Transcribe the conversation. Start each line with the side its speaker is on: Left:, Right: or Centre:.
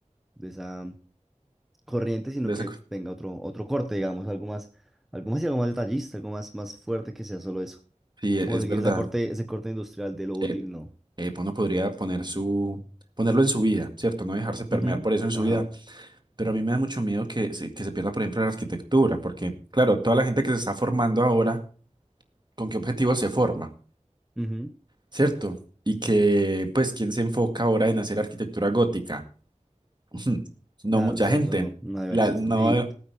Centre: de esa corriente, sino
Right: De esa
Centre: que
Right: co-
Centre: tenga otro, otro corte, digamos, algo más, algo más y algo más detallista, algo más, más fuerte que sea solo eso.
Right: sí, e-
Centre: Como
Right: es
Centre: seguir
Right: verdad.
Centre: esa corte, ese corte industrial de lo útil,
Right: Eh,
Centre: no.
Right: eh, uno podría poner su, ponerlo en su vida, ¿cierto? No dejarse permear
Centre: Ujú,
Right: por eso en su
Centre: Ajá.
Right: vida. Pero a mí me da mucho miedo que se, que se pierda, por ejemplo, la arquitectura, porque, claro, toda la gente que se está formando ahora, ¿con qué objetivo se forma?
Centre: ujú.
Right: ¿cierto? Y que, pues, ¿quién se enfoca ahora en hacer arquitectura gótica? <laughs> No
Centre: Claro,
Right: mucha
Centre: exacto,
Right: gente.
Centre: no, no debe
Right: La,
Centre: existir.
Right: no,
Centre: Sí,